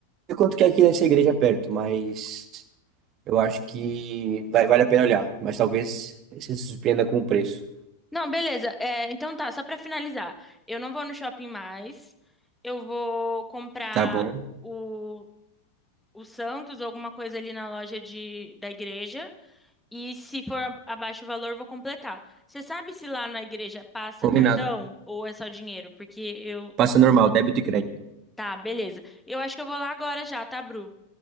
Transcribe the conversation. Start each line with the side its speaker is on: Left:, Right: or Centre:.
Right: quanto que é aqui nessa igreja perto, mas eu acho que vai, vale a pena olhar, mas talvez você se surpreenda com o preço.
Centre: Não, beleza. É, então tá, só pra finalizar. Eu não vou no shopping mais. Eu vou comprar
Right: Tá bom,
Centre: o, o Santos ou alguma coisa ali na loja de, da igreja. E se for abaixo o valor, eu vou completar. Você sabe se lá na igreja passa
Right: combinado.
Centre: cartão ou é só dinheiro? Porque eu.
Right: Passa normal, débito e crédito.
Centre: Tá, beleza. Eu acho que eu vou lá agora já, tá, Bru?